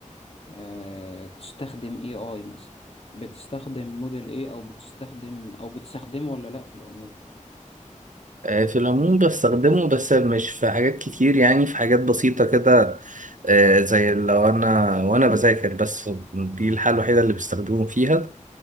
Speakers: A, on the left; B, on the right.
A: آه تستخدم اي اي مثلا بتستخدم موديل ايه او بتستخدم او بتستخدمه ولا لا في العموم
B: آه، في العموم بستخدمه بس مش في حاجات كتير يعني في حاجات بسيطة كده آه، زي لو أنا وأنا بذاكر بس دي الحالة الوحيدة اللي بستخدمه فيها